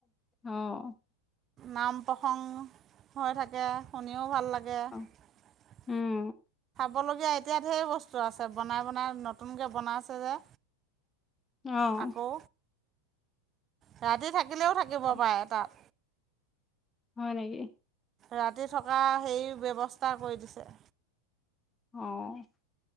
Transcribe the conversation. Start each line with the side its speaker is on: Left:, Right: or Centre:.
Left: অ',
Right: নাম প্ৰসংগ হৈ থাকে শুনিও ভাল লাগে গে
Left: অ', উম,
Right: বলগীয়া এতিয়া ঢেৰ বস্তু আছে বনাই বনাই নতুনকৈ বনাইছে যে
Left: আহ
Right: আকৌ ৰাতি থাকিলেও থাকিব
Left: অ'।
Right: পাৰে তাত
Left: হয় নেকি?
Right: ৰাতি থকা সেই ব্যৱস্থা কৰি দিছে।
Left: অহ